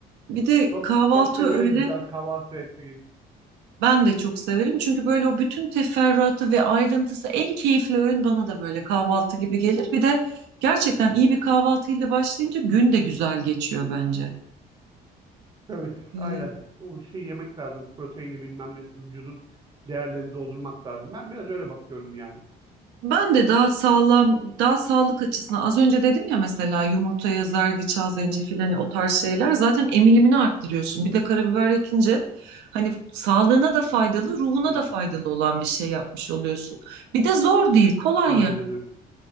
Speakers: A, on the right; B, on the right.
A: Bir de
B: Çok,
A: kahvaltı
B: çok severim
A: öyle
B: güzel kahvaltı etmeyi.
A: ben de çok severim. Çünkü böyle o bütün teferruatı ve ayrıntısı en keyifli öğün bana da böyle kahvaltı gibi gelir. Bir de gerçekten iyi bir kahvaltıyla başlayınca gün de güzel geçiyor bence.
B: Tabii
A: Ee,
B: aynen. Bu şey yemek lazım. Proteini bilmem nesi. Vücudun değerlerini doldurmak lazım. Ben biraz öyle bakıyorum yani.
A: Ben de daha sağlam, daha sağlık açısından az önce dedim ya mesela yumurtaya zerdeçal, zencefil hani o tarz şeyler zaten emilimini arttırıyorsun. Bir de karabiber ekince hani sağlığına da faydalı, ruhuna
B: Evet.
A: da faydalı olan bir şey yapmış oluyorsun. Bir de zor değil, kolay
B: Aynen
A: ya.
B: öyle.